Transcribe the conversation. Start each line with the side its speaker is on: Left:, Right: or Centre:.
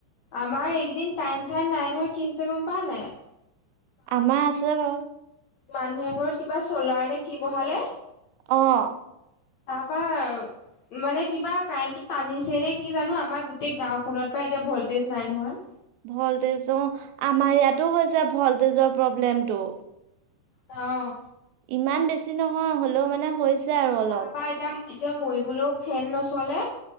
Left: আমাৰ এইকেইদিন কাৰেন্ট চাইন নাই নহয়। কি হৈছে গ'ম পাওঁ নাই।
Right: আমাৰ আছে বাৰু।
Left: মানুহে এঘৰত কিবা চলাৰ নে কি বহালে।
Right: অ'
Left: তাৰপাৰ। মানে কিবা কাৰেণ্টটো টানিছে নে কি জানো আমাৰ গোটেই গাঁওখনত পা এতিয়া ভল্টেজ নাই নহয়।
Right: ভল্টেজ অ' আমাৰ ইয়াতো হৈছে ভল্টেজৰ প্ৰব্লেমটো।
Left: অ'
Right: ইমান বেছি নহয় হ'লেও মানে হৈছে। আৰু অলপ
Left: তাৰ পৰা এতিয়া এতিয়া মৰিবলৈও ফেন নচলে।